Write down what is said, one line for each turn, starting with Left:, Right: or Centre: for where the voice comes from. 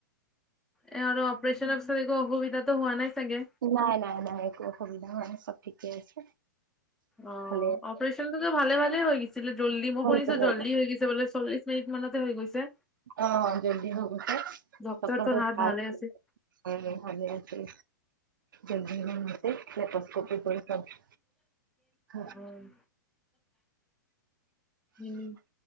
Centre: এ আৰু অপৰেচন পিছত একো অসুবিধাটো হোৱা নাই চাগে?
Right: নাই নাই নাই একো অসুবিধা হোৱা নাই চব ঠিকে আছে।
Centre: অ
Right: ভালে
Centre: অপাৰেচনটোত ভালে ভালে হৈ গেছে। আছিলে জল্দি
Right: আছে।
Centre: মই শুনিছো জল্দি হৈ গৈছে বোলে চল্লিশ মিনিট মানতে হৈ গৈছে।
Right: অ জলদি হৈ গৈছে
Centre: ডক্তৰটোৰ
Right: সত্ৰটো
Centre: হাত
Right: ভাল
Centre: ভালে আছিল।
Right: অ ভালে আছে জল্দি হৈ গৈছে লেপছ্কপি কৰি চব হা
Centre: অ', উম